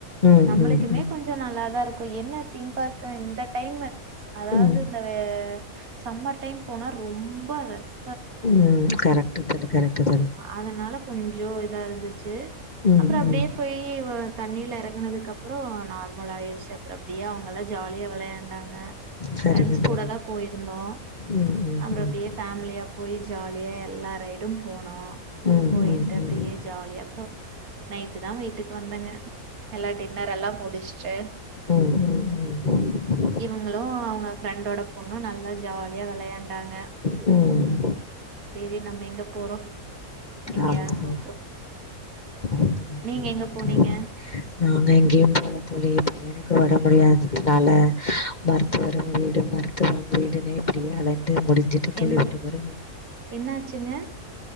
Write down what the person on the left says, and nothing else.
ம்
ம் ம்
ம்
உம் கரெக்ட் தோழி கரெக்ட் தோழி
ம்
ம்
சரிங்க
தோழி
ம் ம்
ம்
ம்
ம்
ம்
ம்ம் உம்
ம்
ஆமா ஆமா
அதுதா
தோழி
கரெக்டா
நாங்க எங்கேயு போல தோழி பையனுக்கு உடம்பு முடியாததுனால மருத்துவரும்
வீடும் மரு <unintelligible> வீடுனு இப்டியே அழ டு முடிஞ்சுட்டு தோழி
இந்த முறையு